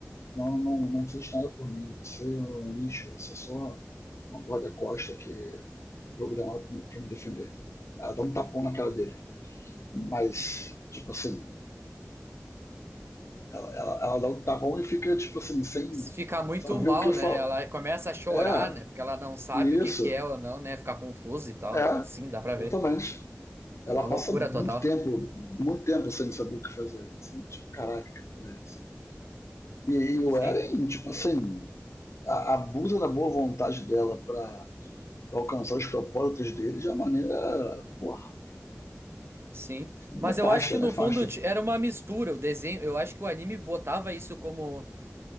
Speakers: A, on the left; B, on the right.
A: não, não, não fez nada por mim, você é um lixo, você é só uma corda costa que é programada para me defender. Ela dá um tapão na cara dele. Mas, tipo assim, Ela, ela, ela dá um tá bom e fica, tipo assim, sem
B: Se Ficar muito
A: saber
B: mal,
A: o que eu falo.
B: né? Ela começa a chorar,
A: É,
B: né? Porque ela não sabe
A: isso.
B: o que que é ou não, né? Ficar confusa e tal.
A: É,
B: Eu, sim, dá pra ver.
A: exatamente.
B: É
A: Ela
B: uma loucura
A: passa muito
B: total.
A: tempo, muito tempo sem saber o que fazer. Assim, tipo, caraca, que porra é essa? E, e o
B: Sim,
A: Eren, tipo assim, a, abusa da boa vontade dela pra, alcançar os propósitos dele de uma maneira, porra,
B: sim. Mas
A: nefasta,
B: eu acho que
A: nefasta.
B: no fundo t- era uma mistura. O desenho, eu acho que o anime botava isso como